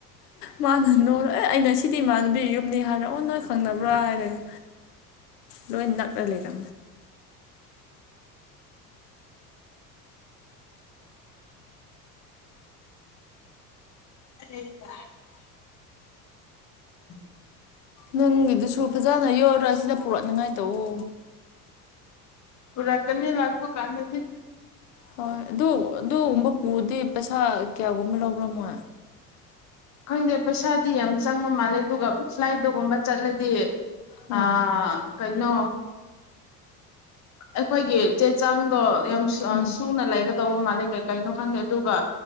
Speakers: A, on the left (about 75°); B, on the left (about 35°).
A: ꯃꯥꯅ ꯅꯔꯣꯏ ꯑꯦ ꯑꯩꯅ ꯁꯤꯗꯤ ꯏꯃꯥꯟꯅꯕꯤ ꯌꯨꯝꯅꯤ ꯍꯥꯏ ꯑꯣ ꯅꯣꯏ ꯈꯪꯅꯕ꯭ꯔꯥ ꯍꯥꯏꯔꯒ ꯂꯗꯥꯥꯛ ꯄ ꯂꯩꯀ
B: ꯑꯗꯨꯔꯀ ꯎ
A: ꯅꯪꯒꯤꯗꯨꯁꯨ ꯐꯖꯅ ꯌꯣꯜꯂ ꯁꯤꯗ ꯄꯨꯔꯛꯅꯤꯡꯉꯥꯏ ꯇꯧꯎ
B: ꯄꯨꯔꯇꯅꯤ ꯂꯥꯛꯄꯣ ꯀꯥꯟꯗꯗꯤ
A: ꯍꯣꯏ ꯑꯗꯨ ꯑꯗꯨꯒꯨꯝꯕ ꯄꯨꯗꯤ ꯄꯩꯁꯥ ꯀꯌꯥꯒꯨꯝꯕ ꯂꯧꯕ꯭ꯔꯝꯃꯣ
B: ꯈꯪꯗꯦ ꯄꯩꯁꯥꯗꯤ ꯌꯥꯝ ꯆꯪꯕ ꯃꯥꯜꯂꯦ ꯑꯗꯨꯒ ꯁ꯭ꯂꯥꯏꯠꯇꯒꯨꯝꯕ ꯆꯠꯂꯗꯤ
A: ꯎꯝ
B: ꯑꯥ ꯀꯩꯅꯩꯅꯣ ꯑꯩꯈꯣꯏꯒꯤ ꯆꯦ ꯆꯥꯡꯗꯣ ꯌꯥꯝ
A: ꯎꯝ
B: ꯁꯨꯅ ꯂꯩꯒꯗ ꯇꯧꯕ ꯃꯥꯂꯦ ꯀꯩ ꯀꯩꯅꯣ ꯈꯪꯗꯦ ꯑꯗꯨꯒ